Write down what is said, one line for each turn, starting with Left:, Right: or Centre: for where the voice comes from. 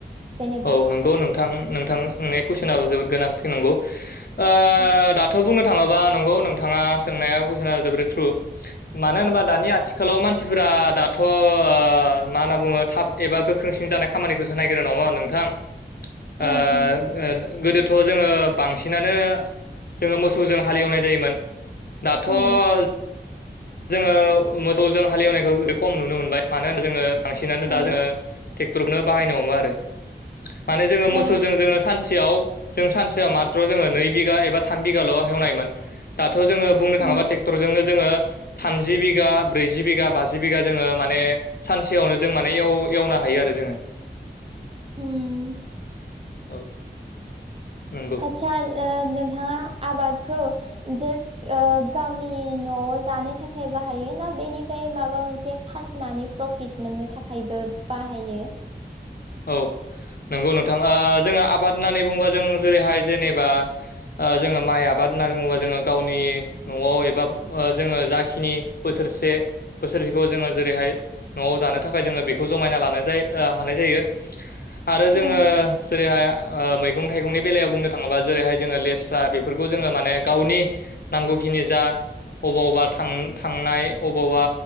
Right: जेनेबा
Left: औ नंगौ नोंथां। नोंथां सोंनाय कुइसनाबो जोबोद गोनांथि नंगौ। ओ
Right: औ
Left: दाथ' बुंनो थाङोबा नंगौ नोंथाङा सोंनाया कुइसना जोबोरै थ्रु। मानो होनोबा दानि आथिखालाव मानसिफोरा दाथ' ओ मा होनना बुङो थाब एबा गोख्रोंसिन जानाय खामानिखौसो नायग्रोयो नंङा होमबा नोंथां।
Right: उम
Left: ओ
Right: उम
Left: ओ गोदो थ' जोङो बांसिनानो जोङो मोसौजों हालेवनाय जायोमोन। दाथ'
Right: उम
Left: जोङो मोसौजों हालेवनायखौ <unintelligible> खम नुनो मोनबाय। मानो होनबा जोङो बांसिनानो
Right: उम
Left: दा जोङो थेक टरखौनो बाहायनो हमो आरो। माने जोङो
Right: औ
Left: मोसौजों जोङो सानसेयाव जों सानसेयाव माथ्र' जोङो नै बिघा एबा थाम बिगाल' हेवनायमोन। दाथ' जोङो बुंनो थाङोब्ला
Right: उम
Left: ट्रेक्टरजोंनो जोङो। थामजि बिगा, ब्रैजि बिगा, बाजि बिगा जोङो माने सानसेयावनो जों माने एव एवनो हायो आरो जोङो।
Right: उम
Left: औ नंग
Right: सा ओ नोंथाङा आबादखौ जास ओ गावनि न'आव जानो थाखाय बाहायो? ना बेनिफ्राय माबा मोनसे फान नानि प्रफिट मोननो थाखायबो बाहायो।
Left: औ नंगौ नोंथां। ओ जोङो आबाद होननानै बुङोबा जों जेरैहाय जेनेबा ओ जोङो माइ आबाद होननानै बुङोबा जोङो गावनि न'आव एबा ओ जोङो जाखिनि बोसोरसे बोसोरसेखौ जोङो जेरैहाय न'आव जानो थाखाय जोङो बेखौ जमायना लानाय जायो ओ हानाय जायो।
Right: <inaudible>
Left: आरो जोङो
Right: उम
Left: जेरैहाय ओ मैगं थाइगंनि बेलायाव बुंनो थाङोबा। जेरैहाय जोङो लेस्रा बेफोरखौ जोङो माने गावनि नांगौखिनि जा अबावबा थां थांनाय अबावबा